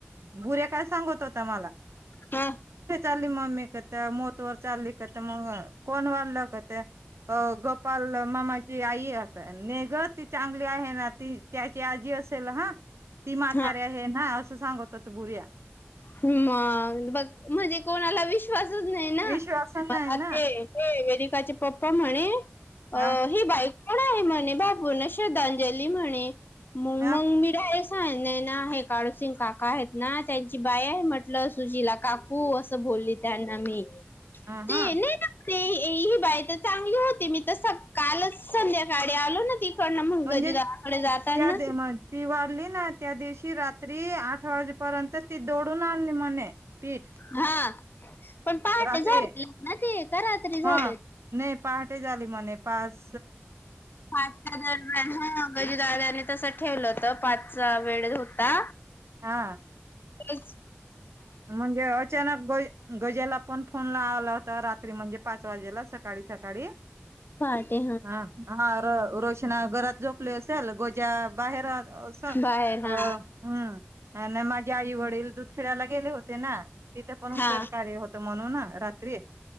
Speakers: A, on the right; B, on the left.
A: बुऱ्या काय सांगत होता मला?
B: हा
A: चालली मम्मी कते मोत इल वर चाली कते म कोण वाला कते ग. पल मामाची आई आस नेघ ती चांगली आहे ना, ती त्याची आजी असेल हा. ती म्हातारी
B: हा
A: आहे ना, असं सांगत होत बुऱ्या.
B: हं मग बघ म्हणजे कोणाला विश्वास च नाही ना,
A: विश्वास
B: मला
A: नाही
B: ते
A: ना
B: हे वेदिकाचे पप्पा म्हणे
A: ह
B: अ ही बाई कोण आहे म्हणे? भावपूर्ण श्रद्धांजली म्हणे. मंग
A: ह
B: मंग मी डायरेक्ट सांगितलं नैना हाये, काळूसिंग काका हायेत ना. त्यांची बाई आहे म्हटलं, सुशीला काकू असं बोलली त्यांना मी.
A: आ
B: ते
A: हा.
B: नाही ना ते ये ही बाई तर चांगली होती, मी तर स कालच संध्याकाळी आलो ना ती तीकडन मंग
A: म्हणजे
B: गजुदादाकडे जातात
A: त्या
B: ना
A: ती वाढली ना त्या दिवशी रात्री आठ वाजेपर्यंत, ती दडून आणली म्हणे पीठ
B: हा पण पहाटे
A: रात्री
B: झालेलि ना. ते का रात्री झालं
A: हा, नाही पहाटे झाली म्हणे पास
B: पाचच्या दरम्यान हा गजू दादाने तस ठेवलं होत, पाचचा वेळ हो ता.
A: हा.
B: रोज
A: म्हणजे अचानक ग गज्याला पण, फोन लावला होता रात्री म्हजे पाच वाजेला सकाळी सकाळी
B: पहाटे
A: हा हा र रोशना घरात झोपली असेल गोजा बाहेर अस अ
B: बाहेर हा
A: हम् माझे आई वडील दूध खेळायला गेले होते ना तिथे पण होत
B: हा
A: उत्तरकार्य होत म्हणून रात्री